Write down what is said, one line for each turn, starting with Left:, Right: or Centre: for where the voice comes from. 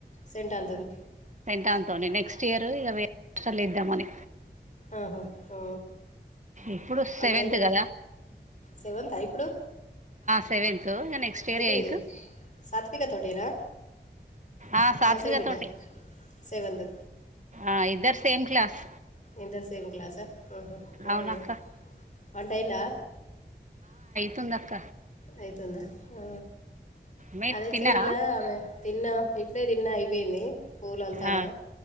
Left: సెంట్ అంతను
Right: దాన్తోనే నెక్స్ట్ ఇయర్ ఇగ వేరే హాస్టల్లో ఏద్దామని
Left: ఆహా ఆ
Right: ఇప్పుడు సెవెంత్
Left: వంట అయిందా
Right: గదా
Left: సెవెంతా ఇప్పుడు
Right: సెవెన్త్ ఇగ నెక్స్ట్ ఇయర్
Left: ఏది
Right: ఎయిత్
Left: సాత్విక తోటేనా
Right: ఆ సాత్విక
Left: వాసవి బిడ్డ
Right: తోటే
Left: సెవెంత్
Right: ఆ ఇద్దర్ సేమ్ క్లాస్
Left: ఇద్దర్ సేమ్ క్లాసా మ్ హ్ మ్
Right: అవునక్క
Left: వంటైందా?
Right: తుందక్క
Left: అయితుందా ఆ
Right: మీరు
Left: అదే
Right: తిన్నారా
Left: చీరల ఆమె తిన్న ఇప్పుడే తిన్న అయిపోయింది. పూల్ అల్లుతానా
Right: ఆ